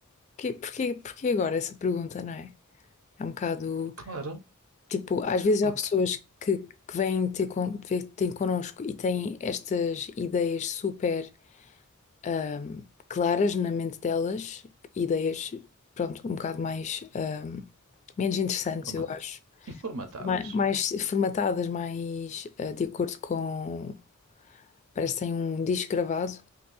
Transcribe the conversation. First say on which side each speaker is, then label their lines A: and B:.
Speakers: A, on the left; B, on the right.
A: porquê, porquê, porquê agora essa pergunta, não é? É um bocado.
B: Claro.
A: Tipo, às vezes
B: Porque,
A: há pessoas que, que vêm ter, con ver- têm connosco e têm estas ideias super ahm, claras na mente delas, ideias, pronto, um bocado mais, ahm, menos interessantes,
B: forma-
A: eu acho.
B: e formatadas,
A: Mais, mais
B: né?
A: formatadas, mais ah, de acordo com. Parece que têm um disco gravado.